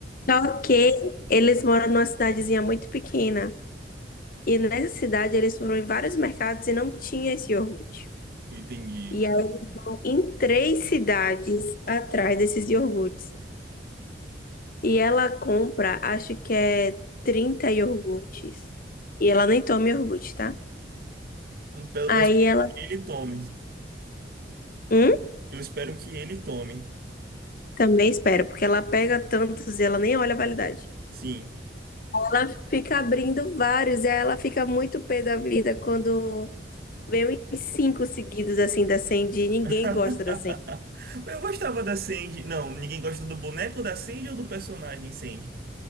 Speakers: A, on the left; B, on the right.
A: Só que eles moram numa cidadezinha muito pequena. E nessa cidade eles foram em vários mercados e não tinha esse iogurte.
B: Entendi.
A: E aí, em três cidades atrás desses iogurtes. E ela compra, acho que é 30 iogurtes. E ela nem toma iogurte, tá?
B: Então,
A: Aí
B: Eu espero
A: ela.
B: que ele tome.
A: Hum?
B: Eu espero que ele tome.
A: Também espera, porque ela pega tantos e ela nem olha a validade.
B: Sim.
A: Ela fica abrindo vários e aí ela fica muito pé da vida quando vem uns cinco seguidos assim da Sandy e ninguém
B: <laughs>
A: gosta da Sandy.
B: Eu gostava da Sandy. Não, ninguém gosta do boneco da Sandy ou do personagem Sandy?